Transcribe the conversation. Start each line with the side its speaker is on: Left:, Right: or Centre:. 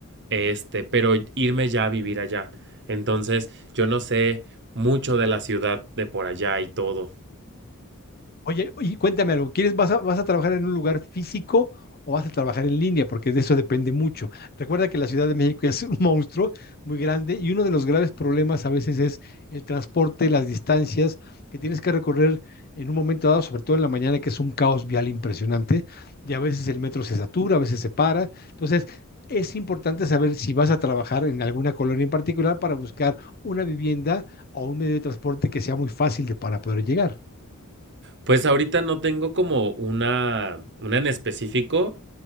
Right: este, pero irme ya a vivir allá. Entonces, yo no sé mucho de la ciudad de por allá y todo.
Left: Oye, y cuéntame algo, ¿quieres, vas a, vas a trabajar en un lugar físico o vas a trabajar en línea? Porque de eso depende mucho. Recuerda que la Ciudad de México es un monstruo muy grande y uno de los graves problemas a veces es el transporte, las distancias que tienes que recorrer en un momento dado, sobre todo en la mañana, que es un caos vial impresionante, y a veces el metro se satura, a veces se para. Entonces, es importante saber si vas a trabajar en alguna colonia en particular para buscar una vivienda o un medio de transporte que sea muy fácil de, para poder llegar.
Right: Pues ahorita no tengo como una, una en específico.